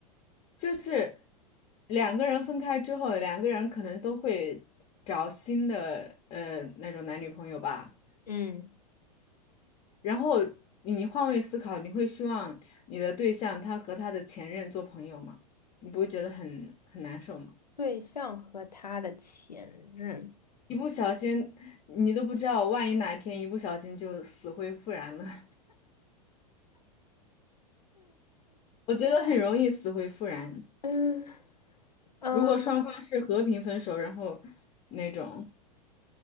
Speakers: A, on the left (about 30°); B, on the left (about 85°).
A: 就是两个人分开之后，两个人可能都会找新的呃那种男女朋友吧。
B: 嗯。
A: 然后你你换位思考，你会希望你的对象他和他的前任做朋友吗？你不会觉得很很难受吗？
B: 对象和他的前任，
A: 一不小心，你都不知道，万一哪天一不小心就死灰复燃了。我觉得很容易死灰复燃。
B: 嗯嗯，
A: 如果双方是和平分手，
B: 呃
A: 然后那种